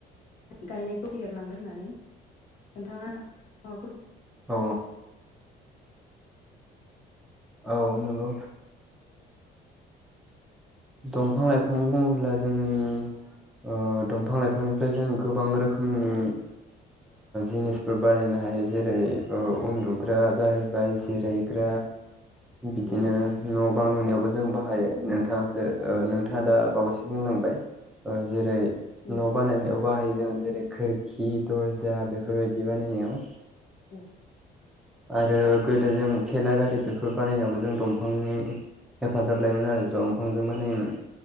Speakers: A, on the left; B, in the centre.
A: गायनायखौ फेहेरलांगोन होननानै नोंथाङा औ।
B: औ। औ नंगौ। दंफां लाइफां बुङोब्ला जोंनि दंफां लाइफांनिफ्राय जों गोबां रोखोमनि जिनिसफोर बानायनो हायो जेरै उन्दुग्रा जाहैबाय जिरायग्रा। बिदिनो
A: नंगौ नोंथां
B: न' बां लुनायावबो जों बाहायो नोंथाङासो नोंथाङा दा बावैसो बुंलांबाय जेरै
A: नंगौ
B: न' बानायनायाव बाहायो जोङो जेरै खोरखि दर्जा बेफोरबायदि बानायनायाव
A: औ
B: आरो गोदो जों थेला गारि। बेफोर बानायनायावबो जों दंफांनि हेफाजाब लायोमोन आरो दंफांजों बानायोमोन।